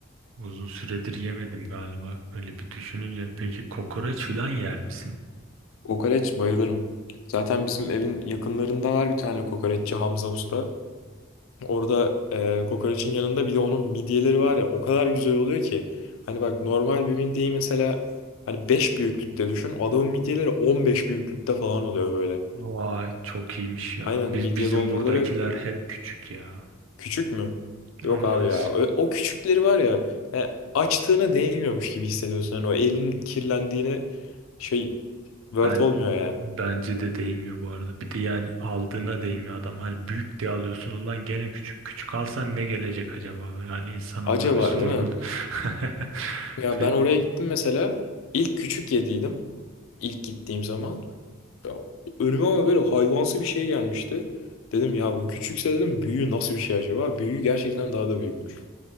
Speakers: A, on the right (about 70°); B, on the left (about 75°).
A: uzun süredir yemedim galiba. Öyle bir düşününce. Peki kokoreç falan yer misin?
B: Kokoreç bayılırım. Zaten bizim evin yakınlarında var bir tane kokoreççi Hamza Usta. Orada e, kokoreçin yanında bir de onun midyeleri var ya o kadar güzel oluyor ki. Hani bak normal bir midyeyi mesela hani 5 büyüklükte düşün. Adamın midyeleri 15 büyüklükte falan oluyor böyle.
A: Vay çok iyiymiş ya.
B: Aynen
A: Biz
B: midye
A: bizim
B: dolmaları
A: buradakiler hep küçük ya.
B: küçük mü?
A: Ama
B: Yok
A: maalesef
B: abi ya. O, o küçükleri var ya e, açtığına değmiyormuş gibi hissediyorsun. Hani o elin kirlendiğine şey vert
A: ben
B: olmuyor yani.
A: bence de değmiyor bu arada. Bir de yani aldığına değmiyor adam. Hani büyük diye alıyorsun ulan gene küçük. Küçük alsan ne gelecek acaba? Yani insan onda
B: Acaba
A: bir sorgul.
B: değil mi?
A: <laughs>
B: Ya
A: Peki.
B: ben oraya gittim mesela. İlk küçük yediydim. İlk gittiğim zaman. Ya, önüme ama böyle hayvansı bir şey gelmişti. Dedim ya bu küçükse dedim büyüğü nasıl bir şey acaba? Büyüğü gerçekten daha da büyükmüş.